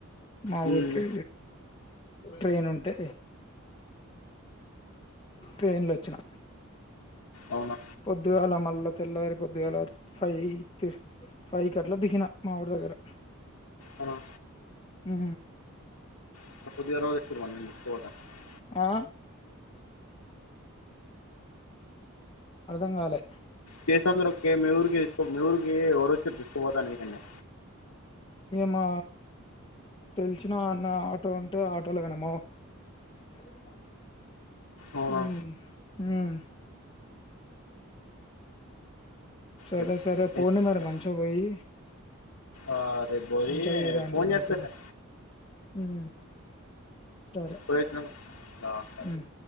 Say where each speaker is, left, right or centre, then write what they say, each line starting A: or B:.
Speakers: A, on the left (about 25°); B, on the left (about 80°).
A: మా
B: హ్మ్.
A: ఊరికి ట్రైన్ ఉంటే ట్రైన్ల వచ్చిన
B: అవునా!
A: పొద్దుగాల మ ల్ల తెల్లారి పొద్దుగాల ఫైవ్ ఫైవ్కి అట్లా దిగిన మా ఊరి దగ్గర
B: అహా
A: మ్
B: అంత పోద్దుగాల <unintelligible>
A: ఆ అర్థం కాలే
B: కేసముద్రం కి మీ ఊరికి తీసుకో మీ ఊరికి ఎవరోచ్చిరు తీసుకుపోతానికీ నిన్ను
A: మా తెలిసిన అన్న ఆటో ఉంటే ఆటోలో పోయినము <unintelligible>
B: అవునా!
A: ఉమ్ ఉమ్ సరే
B: రేపు
A: సరే
B: రేపు
A: పోండి మరి మంచిగా పోయి
B: ఆహ్, రేపు బోయి
A: మంచిగా పోయిరాండి
B: ఫోను చేస్తాలే
A: ఎటు మ్ సరే
B: పోయొచ్చినంక చెప్తా సరే.
A: మ్